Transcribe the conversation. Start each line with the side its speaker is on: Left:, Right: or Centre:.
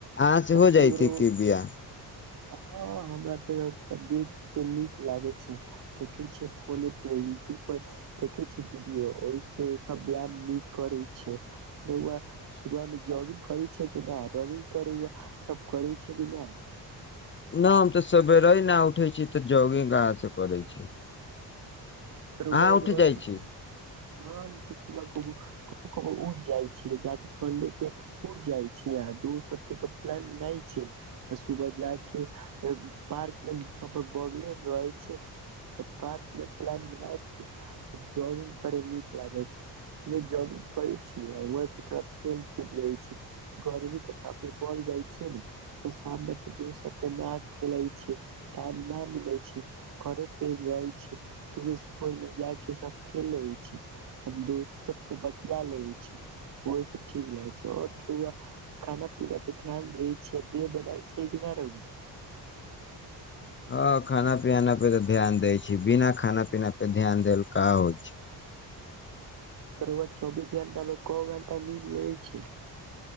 Left: आच
Right: त
Left: हो
Right: सु
Left: जाइछी
Right: रउ
Left: कि बिया
Right: हँ हमरा ते थोड़ा देख केे नीक लागे छै देखे छ फोने पे यूट्यूब पर देखे छै वीडियो ओहि से सब व्यायाम नीक करे छै रौआ सुबह मे जॉगिंग करे छै कि न रनिंग त रउआ सब करै छै कि नहि
Left: ना हम तऽ सवेरे नहि उठै छी तऽ जोगिंग कहाँस करै छी
Right: <unintelligible>
Left: अहाँ उठ जाइ छी
Right: उठ जाय छी जाे सन्डे के उठ जाय छी आ दोस्त्ते के प्लान बनाई छै आ सुबह जा के पार्क मे बगले रहे छै तऽ पार्क मे प्लान जॉगिंग करे नीक लागे छै त जॉगिंग करे छी तो खेल कूद ले छ गर्मी तऽ काफी बढ़ जाय छै ने त शाम मे ते दोस्ते न खेले छै टाइम न मिले छै खरे पेर रहे छै फूल मे जा के सब खेल लेबै छी हम दोस्त सबसँ बतिया लेबे छी ओहि सब ठीक लागै छै और रउआ खाना पीना पे ध्यान देै छियै देह बनाै छै कि नहि रह
Left: हँ खाना पीना पे तऽ ध्यान दै छै बिना खाना पीनापे ध्यान देलका होइ छै
Right: त रउआ चौबीस घंटामे क घंटा नींद लेबै छी